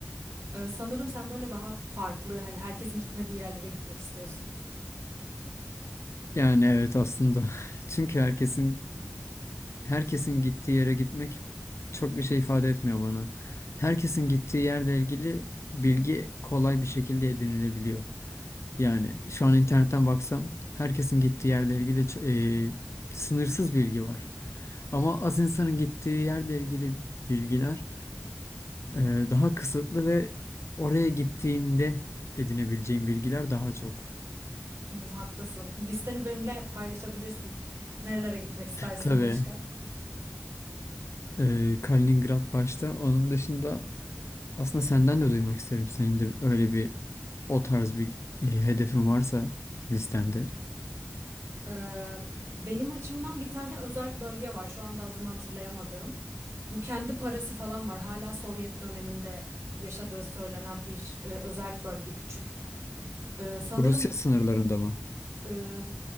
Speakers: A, on the right; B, on the left.
A: Ee, sanırım sen böyle daha farklı, hani herkesin gitmediği yerlere gitmek istiyorsun.
B: Yani evet aslında. <laughs> Çünkü herkesin herkesin gittiği yere gitmek çok bir şey ifade etmiyor bana. Herkesin gittiği yerle ilgili bilgi kolay bir şekilde edinilebiliyor. Yani şu an internetten baksam herkesin gittiği yerle ilgili ço- e, sınırsız bilgi var. Ama az insanın gittiği yerle ilgili bilgiler e, daha kısıtlı ve oraya gittiğinde edinebileceğin bilgiler daha çok.
A: Hmm, haklısın. Listeni benimle paylaşabilirsin. Nerelere gitmek istersin
B: Tabii
A: başka?
B: e, Kaliningrad başta. Onun dışında aslında senden de duymak isterim. Senin de öyle bir O tarz bir e, hedefin varsa listende.
A: Eee, benim açımdan bir tane özerk bölge var. Şu anda adını hatırlayamadığım. Bu kendi parası falan var. Hala Sovyet döneminde yaşadığı söylenen bir e, özerk bölge küçük. Eee, sanırım
B: Rusya sınırlarında mı?
A: eee,